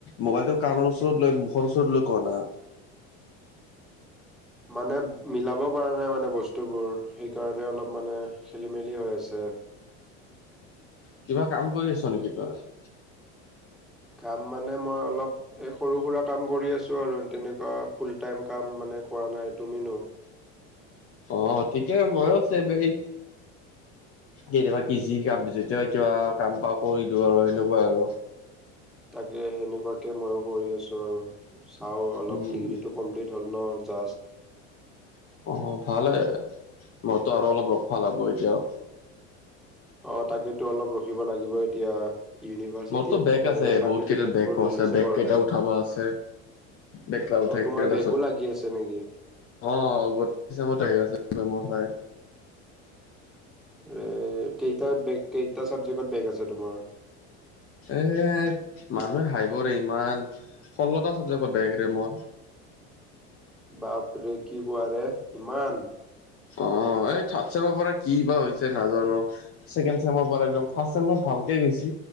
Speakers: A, on the left (about 40°); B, in the centre.
A: মোবাইলটো কাণৰ ওচৰত লৈ মুখৰ ওচৰত লৈ ক না।
B: মানে মিলাব পৰা নাই মানে বস্তুবোৰ। সেইকাৰণে অলপ মানে খেলিমেলি হৈ আছে।
A: কিবা কাম কৰি আছ নেকি তই?
B: কাম মানে মই অলপ এ সৰু -সুৰা কাম কৰি আছো আৰু তেনেকুৱা ফুল টাইম কাম মানে কৰা নাই তুমিনো
A: অ ঠিকে মইও আছোঁ এনেই কেতিয়াবা কি যি কাম যেতিয়াবা কিবা কাম পাওঁ কৰি দিওঁ আৰু সেনেকুৱা আৰু।
B: তাকে সেনেকুৱাকে ময়ো কৰি আছোঁ আৰু চাওঁ অলপ
A: উম,
B: ডিগ্ৰীটো কমপ্লিট ধৰণৰ জাষ্ট
A: অহ ভালে, মইতো আৰু অলপ লগ ভাল হ'ব এতিয়াও।
B: অ তাকেতো অলপ ৰখিব লাগিব এতিয়া। ইউনিভাৰ্চিটিত
A: মোৰতো বেক আছে,
B: এ চাৰ্টিফিকেট
A: বহুত কেইটাত বেকো
B: বোৰ ৰিলিজে
A: আছে। বেক
B: কৰা
A: কেইটা
B: নাই
A: উঠাব আছে। বেকলা উঠাই
B: অ তোমাৰ বেগো
A: তাছত
B: লাগি আছে নেকি
A: অ অগত আহি আছে ৰে মোৰ ভাই।
B: এ কেইটা বেগ, কেইটা চাবজেক্টত বেগ আছে তোমাৰ?
A: এ, মানুহে হাহিবৰে ইমান ষল্লটা চাবজেক্টত বেগ লাগিছে মোৰ।
B: বাপৰে! কি কোৱাৰে ইমান।
A: অ এই থাৰ্ড চেমৰ পৰা কি বা হৈছে নাজানো। ছেকেণ্ড চেমৰ পৰা একদম ফাৰ্ষ্ট চেমত ভালকে গৈছি।